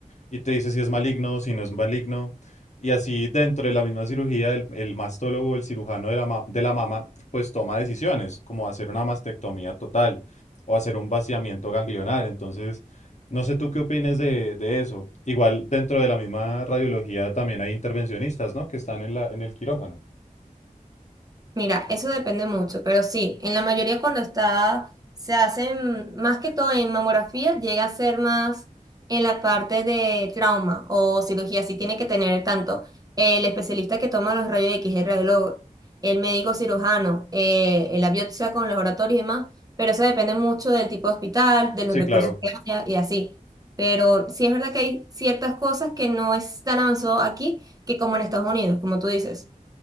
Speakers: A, on the left (about 55°); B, on the right (about 25°).
A: y te dice si es maligno, si no es maligno. Y así dentro de la misma cirugía, el, el mastólogo, el cirujano de la, ma- de la mama, pues toma decisiones, como hacer una mastectomía total o hacer un vaciamiento ganglionar. Entonces, no sé tú qué opines de, de eso. Igual dentro de la misma radiología también hay intervencionistas, ¿no? Que están en la, en el quirófano.
B: Mira, eso depende mucho, pero sí, en la mayoría cuando está, se hacen más que todo en mamografía, llega a ser más en la parte de trauma o cirugía, sí tiene que tener tanto el especialista que toma los rayos X, el radiólogo, el médico cirujano, eh, la biopsia con los oratorios y demás, pero eso depende mucho del tipo de hospital, de los
A: Sí,
B: recursos
A: claro.
B: que haya y así. Pero sí es verdad que hay ciertas cosas que no es tan avanzado aquí que como en Estados Unidos, como tú dices.